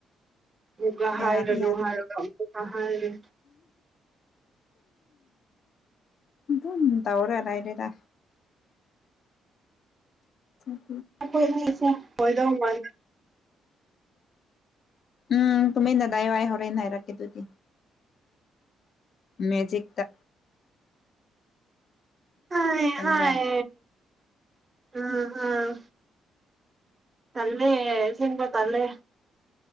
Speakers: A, on the right; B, on the left.
A: ꯑꯃꯨꯛ ꯍꯥꯏꯔꯅꯨ
B: ꯌꯥꯗꯤ ꯌꯥꯗꯦ
A: ꯍꯥꯏꯔ <unintelligible> ꯐꯦ
B: ꯑꯗꯨꯝ ꯇꯎꯔꯦ ꯂꯥꯏ ꯂꯩꯦꯗ ꯎꯝ
A: ꯣꯏ ꯍꯣꯏꯗꯃ
B: ꯎꯝ ꯇꯨꯃꯤꯟꯅꯗꯥꯏ ꯋꯥꯏ ꯍꯣꯔꯅ ꯍꯥꯏꯔꯛꯀꯦ ꯑꯗꯨꯗꯤ ꯃꯦꯖꯤꯛꯇ
A: ꯑ
B: ꯈꯪꯕ꯭ꯔꯥ
A: ꯍꯥꯏ ꯎꯝ ꯎꯝ ꯑꯜꯦ ꯁꯤꯄ ꯇꯂꯦ